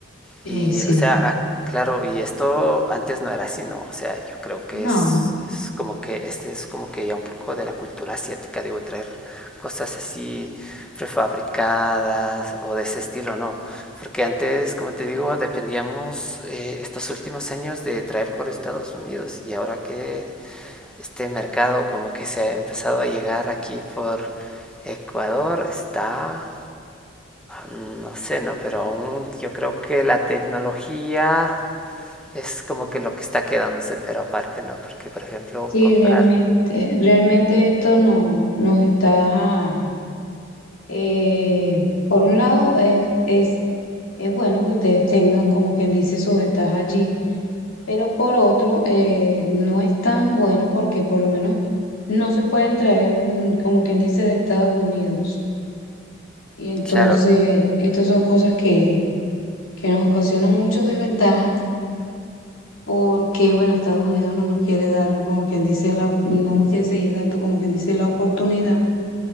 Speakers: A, on the left; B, in the centre.
A: Sí,
B: Y,
A: sí.
B: o sea, ah, claro, y esto antes no era así, ¿no? O sea, yo creo que
A: No,
B: es, es como que este es como que ya un poco de la cultura asiática, digo, traer cosas así prefabricadas o de ese estilo, ¿no? Porque antes, como te digo, dependíamos eh, estos últimos años de traer por Estados Unidos y ahora que este mercado como que se ha empezado a llegar aquí por Ecuador, está no sé, no, pero aún yo creo que la tecnología es como que lo que está quedándose, pero aparte no, porque por ejemplo
A: Sí,
B: comprar,
A: realmente, realmente esto no, no está. Eh, por un lado, es, es, es bueno que ustedes tengan, como quien dice, su ventaja allí, pero por otro, eh, no es tan bueno porque por lo menos no se pueden traer, mm, como quien dice, de Estados Unidos. Y entonces,
B: claro,
A: estas son cosas que, que nos ocasionan muchas desventajas porque, bueno, Estados Unidos no nos quiere dar, como quien dice, la, no nos quiere seguir dando, como quien dice, la oportunidad.